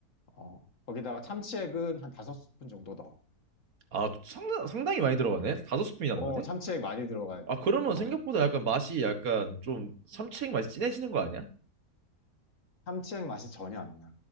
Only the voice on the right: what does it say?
아, 상당, 상당히 많이 들어가네? 다섯 스푼이나
넣어야 돼?
아,
그러면
생각보다 약간 맛이 약간 좀 삼치액 맛이 진해지는 거 아니야?